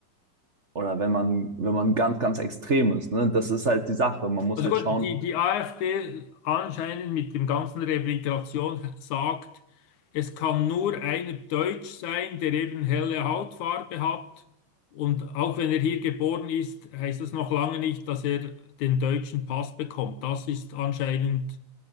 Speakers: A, on the right; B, on the left.
A: oder wenn man, wenn man ganz, ganz extrem ist, ne? Das ist halt die Sache. Man muss
B: Also
A: halt
B: gut,
A: schauen,
B: die, die AfD anscheinend mit dem ganzen Rehabilitation sagt, es kann nur einer Deutsch sein, der eben helle Hautfarbe hat. Und auch wenn er hier geboren ist, heißt das noch lange nicht, dass er den deutschen Pass bekommt. Das ist anscheinend